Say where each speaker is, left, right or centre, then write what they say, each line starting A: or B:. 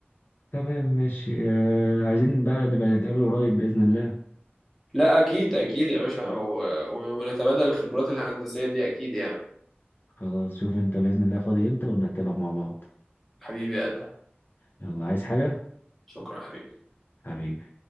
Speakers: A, on the left (about 55°); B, in the centre.
A: تمام ماشي آه، عايزين بقى نبقى نتقابل قريب بإذن الله
B: لا اكيد اكيد يا باشا و... و... ونتبادل الخبرات الهندسية دي اكيد يعني
A: خلاص شوف انت بإذن الله فاضي امتى ونرتبها مع بعض
B: حبيبي يا ادهم
A: يلا عايز حاجة
B: شكرا يا حبيبي
A: حبيبي